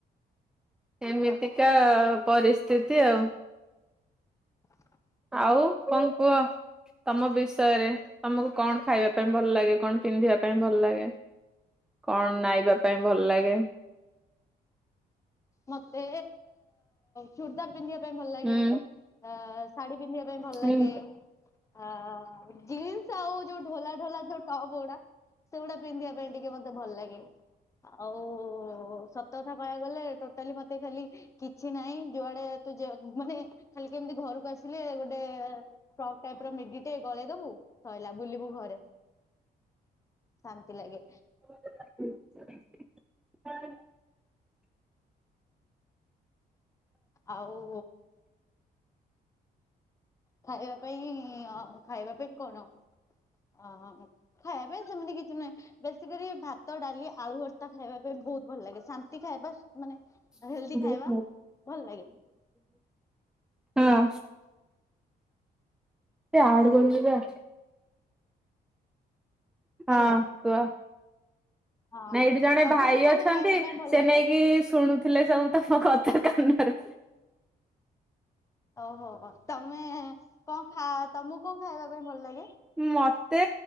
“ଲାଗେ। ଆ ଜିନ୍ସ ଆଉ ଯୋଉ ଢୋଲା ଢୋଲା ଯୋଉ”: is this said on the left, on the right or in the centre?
Left